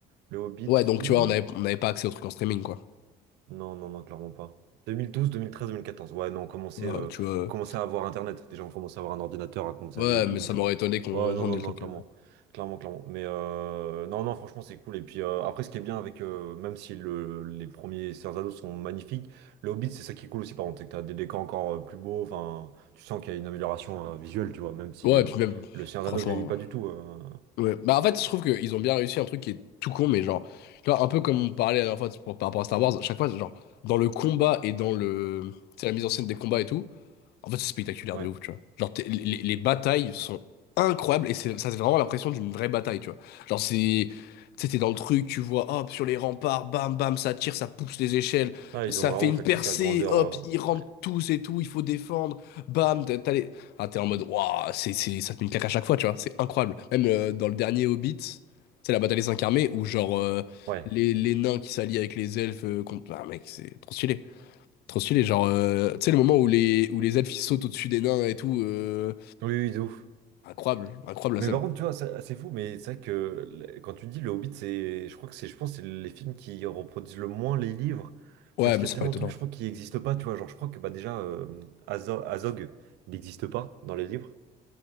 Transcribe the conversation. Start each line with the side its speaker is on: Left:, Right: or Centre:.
Right: Le Hobbit
Left: Ouais,
Right: film.
Left: donc tu vois, on avait, on n'avait pas accès aux trucs en streaming, quoi.
Right: Non, non, non, clairement pas. Deux deux mille mille douze deux mille treize deux mille quatorze Ouais, non, on commençait,
Left: Tu vois,
Right: euh,
Left: tu vois.
Right: on commençait à avoir Internet. Déjà, on commençait à avoir un ordinateur, à commencer
Left: Ouais,
Right: à louer et tout.
Left: mais
Right: Donc,
Left: ça m'aurait
Right: euh,
Left: étonné qu'on
Right: ouais, non,
Left: qu'on
Right: non,
Left: ait le
Right: non,
Left: truc.
Right: clairement. Clairement, clairement. Mais euh, non, non, franchement, c'est cool. Et puis euh, après, ce qui est bien avec, euh, même si le, les premiers Cerzano sont magnifiques, le Hobbit, c'est ça qui est cool aussi, par contre. C'est que t'as des décors encore euh, plus beaux. Enfin, tu sens qu'il y a une amélioration euh, visuelle, tu vois, même si
Left: Ouais,
Right: euh,
Left: puis même,
Right: le Cerzano
Left: franchement.
Right: vieillit pas du tout. euh,
Left: Ouais. Bah, en fait, je trouve qu'ils ont bien réussi un truc qui est tout con, mais genre, tu vois, un peu comme on parlait la dernière fois pour- par rapport à Star Wars, chaque fois, genre, dans le combat et dans le, tu sais, la mise en scène des combats et tout, en fait, c'est spectaculaire
Right: ouais.
Left: de ouf, tu vois. Genre, t'es- les, les batailles sont incroyables et c'est, ça, c'est vraiment l'impression d'une vraie bataille, tu vois. Genre, c'est. Tu sais, t'es dans le truc, tu vois, hop, sur les remparts, bam, bam, ça tire, ça pousse les échelles,
Right: Ouais,
Left: ça
Right: ils ont vraiment
Left: fait une
Right: fait
Left: percée,
Right: le truc à grandeur.
Left: hop,
Right: euh,
Left: ils rentrent
Right: ouais.
Left: tous et tout, il faut défendre, bam, t'as t'as les. Ah, t'es en mode, waouh, c'est, c'est, ça te met une claque à chaque fois, tu vois, c'est incroyable. Même euh, dans le dernier Hobbit, c'est la bataille des cinq armées où, genre, euh,
Right: Ouais.
Left: les, les nains qui s'allient avec les elfes, euh, contre. Ah, mec, c'est trop stylé. Trop stylé, genre, euh, tu sais, le moment où les, où les elfes ils sautent au-dessus des nains et tout, euh,
Right: Oui, oui, de ouf.
Left: incroyable, incroyable la
Right: Mais
Left: scène.
Right: par contre, tu vois, ça- c'est fou, mais c'est vrai que le- quand tu dis Le Hobbit, c'est, je crois que c'est, je pense, que c'est les films qui reproduisent le moins les livres,
Left: Ouais,
Right: parce
Left: mais
Right: qu'il
Left: c'est
Right: y a tellement
Left: pas étonnant.
Right: de trucs, je crois, qui n'existent pas, tu vois. Genre, je crois que bah déjà, euh, Azo- Azog, il n'existe pas dans les livres.